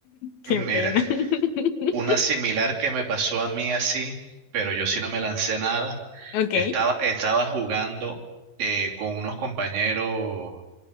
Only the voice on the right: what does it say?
Mira,
una similar que me pasó a mí así, pero yo sí no me lancé nada.
Estaba, estaba jugando eh, con unos compañeros,